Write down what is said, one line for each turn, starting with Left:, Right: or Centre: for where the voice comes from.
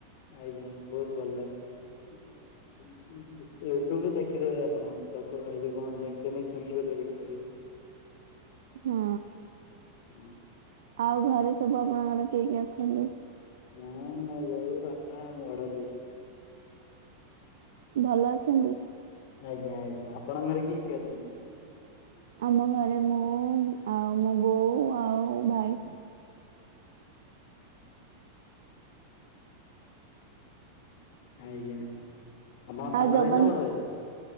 Left: ଆଜ୍ଞା ବୋହୁତ ଭଲ ଲାଗେ। ୟୁଟ୍ୟୁବରୁ ଦେଖିଦେବେ ଆପଣ ଚକୁଳି ଆ ଏଇ ଯୋଉ କଣତି କେମିତ ଛୁଞ୍ଚି ପତ୍ର ପିଠା ହୁଏ।
Right: ହଁ
Left: ହଁ
Right: ଆଉ ଘରେ ସବୁ ଆପଣଙ୍କର କିଏ କିଏ ଅଛନ୍ତି?
Left: ମୁଁ, ମୋ ବୋଉ, ବାପା, ବଡ ଦେଇ।
Right: ଭଲ ଅଛନ୍ତି?
Left: ଆଜ୍ଞା ଆଜ୍ଞା ଆପଣଙ୍କ ଘରେ କିଏ କିଏ ଅଛନ୍ତି?
Right: ଆମ ଘରେ ମୁଁ, ଆଉ ମୋ ବୋଉ, ଆଉ ଭାଇ।
Left: ଆଜ୍ଞା। ଆପଣ ସାନ
Right: ଆଉ ଜଗନ୍
Left: ଭାଇ ନା ବଡ ଭାଇ?